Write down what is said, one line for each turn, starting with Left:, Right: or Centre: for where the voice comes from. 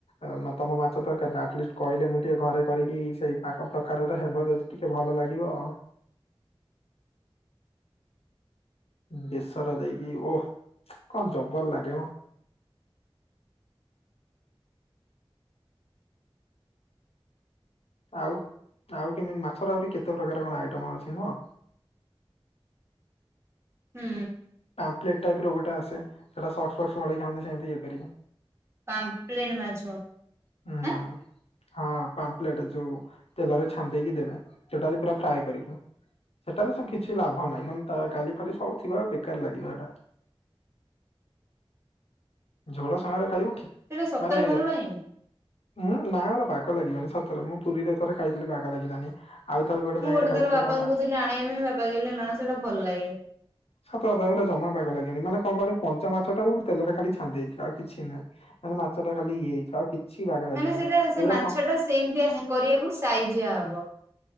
Left: ଆଉ ତମ ମାଛ ତରକାରୀ ଟା ଆଟ୍ଲିଷ୍ଟି କହିଲେ ମୁଁ ଟିକେ ଘରେ କରିକି ସେଇ ପାକ ପ୍ରକାରର ହେବ ଯଦି। ଟିକେ ଭଲ ଲାଗିବ ଆଉ। ବେସର ଦେଇକି, ଓହ କଣ ଜବର ଲାଗେ ମ। ଆଉ ଆଉ କେମିତି ମାଛର ଆହୁରି କେତେ ପ୍ରକାର କଣ ଆଇଟମ ଅଛି, ନୁହଁ।
Right: ହୁଁ।
Left: ପାମ୍ପ୍ଲେଟ୍ ଟାଇପ ର ଗୋଟେ ଆସେ, ସେଟା ସକ୍ସ ଫକ୍ସ ମଡେଇ ଖାଆନ୍ତି, ସେମିତି ହେଇପାରିବ।
Right: ପାମ୍ପ୍ଲେଟ୍ ମାଛ।
Left: ହୁଁ।
Right: ଆଁ
Left: ହଁ ପାମ୍ପ୍ଲେଟ ଯୋଉ ତେଲରେ ଛାଣିଦେଇକି ଦେବେ, ଯୋଉଟା ପୁରା ଫ୍ରାଏ କରିକି। ସେଟାରେ ସେ କିଛି ଲାଭ ନାହିଁ ମାନେ ତା କାଲି ଫାଲି ସବୁ ଥିବା ପେକ୍ ବେକାର ଲାଗିବ ସେଟା, ଝୋଳ ସାଙ୍ଗରେଖାଇବ ଠିକ୍।
Right: ସେଇଟା ସତରେ
Left: ମାନେ
Right: ଭଲ ଲାଗେନି
Left: ହୁଁ ନାଇଁ ମୋ ବାଗ ଲାଗିବାନି ସତରେ ମୁଁ ପୁରୀରେଥରେ ଖାଇଥିଲି ବାଗ ଲାଗିଲାନି ଆଉ ଥରେ ବି
Right: ମୁଁ
Left: ଜାଗାରେ
Right: ଗୋଟେ ଥର
Left: ଖାଇଛି
Right: ବାପାଙ୍କୁ
Left: ପୁରା
Right: କହୁଥିଲି ଆଣିବା ପାଇଁ ବାପା କହିଲେ ନା ସେଇଟା ଭଲ ଲାଗେନି
Left: ସତ କଥା ଏଉରା ଜମା ବାଗ ଲାଗିବନି ମାନେ କଣ କଣଣି କଞ୍ଚା ମାଛ ଟାକୁ ତେଲରେ ଖାଲି ଛନ୍ଦି ଦେଇଥିବେ ଆଉ କିଛି ନାହିଁ ମାନେ ମାଛଟା ଖାଲି ଇଏ ହେଇ ଥିବ ଆଉ କିଛି ବାଗ ଲାଗିବନି
Right: ମାନେ ସେଇଟା ସେ
Left: ଏଗୁରା
Right: ମାଛ
Left: କଣ
Right: ଟା ସେମିତିଆ ହେ କରିବାକୁ ସାଇଜଆ ହବ